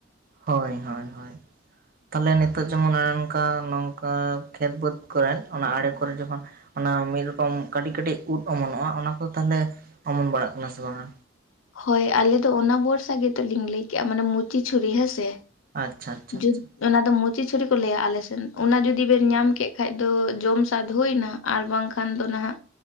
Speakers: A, on the right; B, on the left.
A: ᱦᱳᱭ, ᱦᱳᱭ, ᱦᱳᱭ, ᱛᱟᱦᱚᱞᱮ ᱱᱤᱛᱚᱜ ᱡᱮᱢᱚᱱ ᱚᱱᱮ ᱚᱱᱠᱟ ᱱᱚᱝᱠᱟ ᱠᱷᱮᱛ ᱵᱟᱹᱫᱽ ᱠᱚᱨᱮ ᱚᱱᱟ ᱟᱲᱮ ᱠᱚᱨᱮ ᱡᱚᱠᱷᱚᱱ ᱚᱱᱟ ᱢᱤᱫ ᱨᱚᱠᱚᱢ ᱠᱟᱹᱴᱤᱡ ᱠᱟᱹᱴᱤᱡ ᱩᱫ ᱚᱢᱚᱱᱚᱜᱼᱟ, ᱚᱱᱟ ᱠᱚᱫᱚ ᱛᱟᱦᱚᱞᱮ ᱚᱢᱚᱱ ᱵᱟᱲᱟᱜ ᱠᱟᱱᱟ ᱥᱮ ᱵᱟᱝ-ᱟ?
B: ᱦᱳᱭ, ᱟᱞᱮ ᱫᱚ ᱚᱱᱟ ᱵᱚᱨᱥᱟ ᱜᱮᱛᱚᱞᱤᱧ ᱞᱟᱹᱭ ᱠᱮᱫᱼᱟ, ᱢᱟᱱᱮ ᱢᱩᱪᱤ ᱪᱷᱩᱨᱤ ᱦᱮᱸᱥᱮ?
A: ᱟᱪᱪᱷᱟ, ᱟᱪᱪᱷᱟ,
B: ᱡᱩᱫ
A: ᱟᱪᱪᱷᱟ,
B: ᱚᱱᱟ ᱫᱚ ᱢᱩᱪᱤ ᱪᱷᱩᱨᱤ ᱠᱚ ᱞᱟᱹᱭᱟ ᱟᱞᱮᱥᱮᱱ᱾ ᱚᱱᱟ ᱡᱩᱫᱤ ᱵᱮᱱ ᱧᱟᱢ ᱠᱮᱜ ᱠᱷᱟᱱ ᱫᱚ ᱡᱚᱢ ᱥᱟᱫᱷᱩᱭᱱᱟ, ᱟᱨ ᱵᱟᱝᱠᱷᱟᱱ ᱫᱚ ᱱᱟᱦᱟᱜ